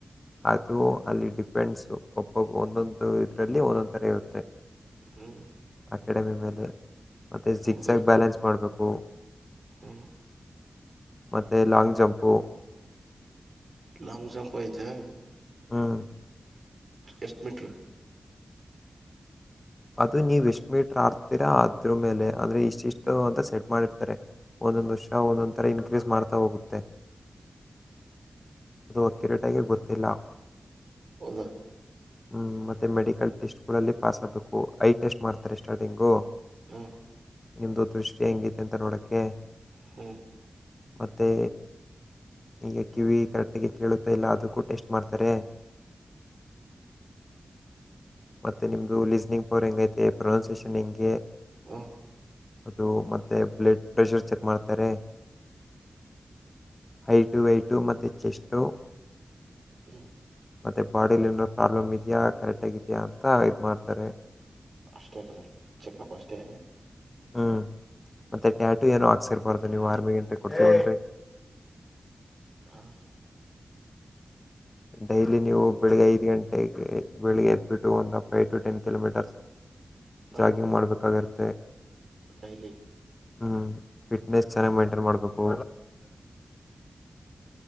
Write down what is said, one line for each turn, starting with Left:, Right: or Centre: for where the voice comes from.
Left: ಅದು ಅಲ್ಲಿ ಡಿಪೆಡ್ಸು ಒಬ್ಬೊಬ್ಬ ಒಂದೊಂದು ಇದ್ರಲ್ಲಿ ಒಂದೊಂದ್ ತರ ಇರುತ್ತೆ.
Right: ಹ್ಮ್
Left: ಅಕಾಡೆಮಿ ಮೇಲೆ ಮತ್ತೆ ಸಿಕ್ಸಾಗ
Right: ಹೌದಾ
Left: ಬ್ಯಾಲೆನ್ಸ್ ಮಾಡ್ಬೇಕು.
Right: ಹ್ಮ್
Left: ಮತ್ತೆ ಲಾಂಗ್ ಜಂಪು.
Right: ಲಾಂಗ್ ಜಂಪ್ ಐತೆ.
Left: ಹ್ಮ.
Right: ಎಷ್ಟು ಮೀಟ್ರು.
Left: ಅದು ನೀವು ಎಸ್ಟಮಿಟ್ರ ಅಡ್ತಿರಾ ಅದ್ರಮೇಲೆ ಅಂದ್ರೆ ಇಷ್ಟಿಷ್ಟು ಅಂತ ಸೆಟ್ ಮಾಡಿರ್ತಾರೆ. ಒಂದೊಂದು ವರ್ಷ ಒಂದೊಂದು ಥರ ಇನ್ಕ್ರೀಸ್ ಮಾಡ್ತಾ ಹೋಗುತ್ತೆ. ಅದು ಅಕಿರೇಟಾಗಿ ಗೊತ್ತಿಲ್ಲ.
Right: ಹೌದಾ.
Left: ಹ್ ಮತ್ತೆ ಮೆಡಿಕಲ್ ಟೆಸ್ಟ್ಗಳಲ್ಲಿ ಪಾಸ್ ಆಗಬೇಕು ಐ ಟೆಸ್ಟ್ ಮಾಡ್ತಾರೆ ಸ್ಟಾರ್ಟಿಂಗು
Right: ಹ್ಮ್
Left: ನಿಮ್ಮದು ದೃಷ್ಟಿ ಹೆಂಗೈತೆ ಅಂತ ನೋಡೋಕ್ಕೆ
Right: ಹ್ಮ್
Left: ಮತ್ತುೆ ಈಗ ಕಿವಿ ಕರೆಕ್ಟ್ ಕೇಳುತ್ತಾ ಇಲ್ಲ ಅದಕ್ಕೂ ಟೆಸ್ಟ್ ಮಾಡ್ತಾರೆ ಮತ್ತೆ ನಿಮ್ದು ಲಿಸ್ನಿಂಗ್ ಪವರ್ ಹೆಂಗೈತೆ ಪ್ರೊನೌಸಿಯೇಷನ್ ಹೆಂಗೆ
Right: ಹ್ಮ
Left: ಅದು ಮತ್ತೆ ಬ್ಲಡ್ ಪ್ರೆಷರ್ ಚೆಕ್ ಮಾಡ್ತಾರೆ ಹೈಟು ವೈಟು ಮತ್ತೆ ಚೆಸ್ಟು
Right: ಹ್ಮ್
Left: ಮತ್ತುತ್ತೆ ಬಾಡಿಲಿ ಏನಾರ ಪ್ರಾಬ್ಲಮ್ ಇದೆಯಾ ಕರೆಕ್ಟ್ ಆಗಿದೆಯಾ ಅಂತ ಇದು ಮಾಡ್ತಾರೆ
Right: ಅಷ್ಟೇ ರಿಸಲ್ಟ್ ಚೆಕಪ್ ಅಷ್ಟೇ
Left: ಹ್ಮಞ ಮತ್ತೆ ಟ್ಯಾಟು ಏನೋ ಹಾಕ್ಸಿರ್ಬಾರ್ದು ನೀವು ಆರ್ಮಿಗೆ ಎಂಟ್ರಿ ಕೊಡ್ತೀವಿನ್ ರರಿ
Right: ಹಾ
Left: ಡೈಲಿ ನೀವು ಬೆಳಗ್ಗೆ ಐದು ಗಂಟೆಗೆ ಬೆಳಗ್ಗೆ ಎದ್ಬಿಟ್ಟು ಒಂದು ಫೈ್ ಟು ಟೆನ್ ಕಿಲೋಮೀಟರ್ಸ್
Right: ಹ
Left: ಜಾಗಿಂಗ್ ಮಾಡಬೇಕಾಗಿರುತ್ತೆ
Right: ಡೈಲಿ
Left: ಹ್ಮ್ ಫಿಟ್ನೆಸ್ ಚೆನ್ನಾಗ್
Right: ಹ
Left: ಮೈಂಟೈನ್ ಮಾಡ್ಬೇಕು